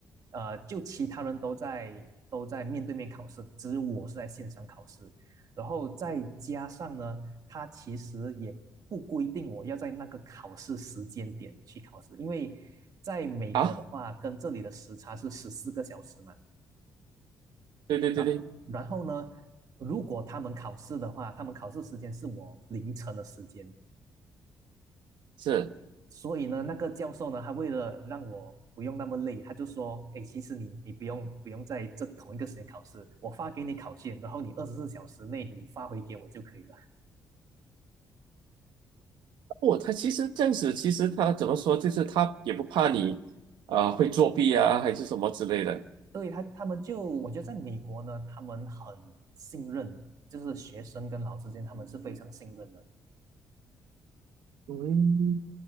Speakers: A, on the right; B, on the right.
A: 呃，就其他人都在都在面对面考试，只有我是在线上考试。然后再加上呢，他其实也不规定我要在那个考试时间点去考试，因为在美国的话，
B: 啊，
A: 跟这里的时差是十四个小时嘛。
B: 对对对对，
A: 然然后呢，如果他们考试的话，他们考试时间是我凌晨的时间，
B: 是，
A: 所以呢，那个教授呢，他为了让我不用那么累，他就说，哎，其实你你不用不用在这同一个时间考试，我发给你考卷，然后你二十四小时内你发回给我就可以了。
B: 哦，他其实这样子，其实他怎么说，就是他也不怕你，呃，会作弊啊，还是什么之类的，
A: 对，他他们就我觉得在美国呢，他们很信任，就是学生跟老师之间他们是非常信任的。
B: 嗯，